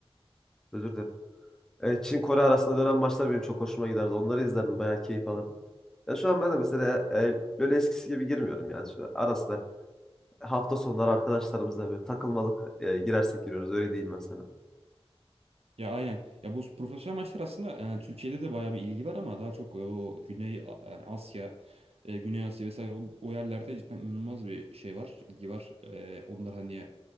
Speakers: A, in the centre; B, on the right.
A: Özür dilerim. E, Çin Kore arasında dönen maçlar benim çok hoşuma giderdi. Onları izlerdim. Bayağı keyif alırdım. Ya şu an ben de mesela e, LoL eskisi gibi girmiyorum yani. Şu ara sıra hafta sonları arkadaşlarımızla böyle takılmalık e, girersek giriyoruz. Öyle diyeyim ben sana.
B: Ya aynen. Ya bu profesyonel maçlar aslında e, Türkiye'de de bayağı bir ilgi var ama daha çok e, o Güney A- yani Asya, e, Güney Asya vesaire o, o yerlerde cidden inanılmaz bir şey var, ilgi var. E, onlar hani